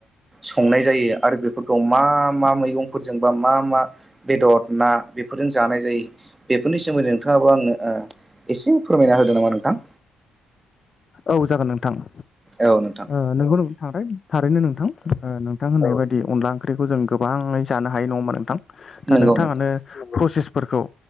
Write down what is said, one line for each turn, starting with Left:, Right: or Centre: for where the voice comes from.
Right: संनाय जायो आरो बेफोरखौ मा मा मैगंफोरजोंबा मा मा बेदर ना बेफोरजों जानाय जायो। बेफोरनि सोमोन्दै नोंथाङाबो आङो एसे फोरमायना होगोन नामा नोंथां।
Left: औ जागोन नोंथां।
Right: औ नोंथां।
Left: ओ नोंगौ नोंथां थारैनो नोंथां ओ नोंथां होननाय बायदि अनला ओंख्रिखौ जों गोबाङै जानो हायो नङोमा नोंथां। दा
Right: नंगौ
Left: नोंथाङानो
Right: नोंथां
Left: प्रसेसफोरखौ